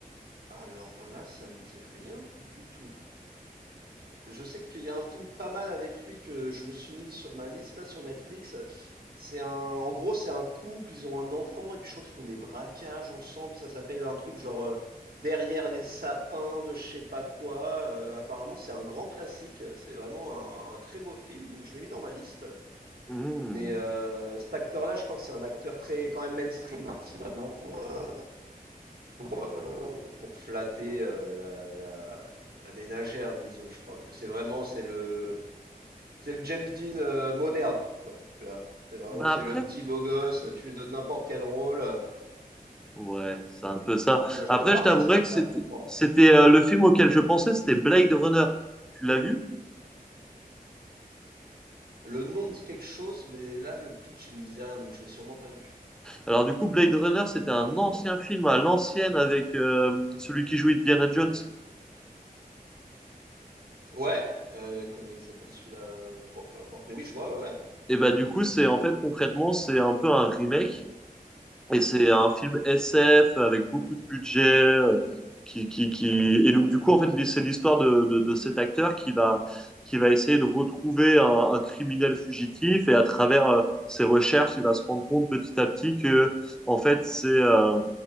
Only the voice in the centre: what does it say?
Hmm.
Bah
après,
ouais, c'est un peu ça.
Après,
je t'avouerais
que c'était
c'était euh, le film auquel je pensais, c'était Blade Runner. Tu l'as vu?
Alors du coup, Blade Runner, c'était un
ancien
film à l'ancienne avec euh, celui qui jouait Indiana Jones.
Et bah du coup, c'est en fait concrètement, c'est un peu un remake
Et c'est un film SF avec beaucoup de budget. euh, qui, qui, qui... Et donc, du coup, en fait, c'est l'histoire de, de, de cet acteur qui va, qui va essayer de retrouver un, un criminel fugitif. Et à travers euh, ses recherches, il va se rendre compte petit à petit que, en fait, c'est euh,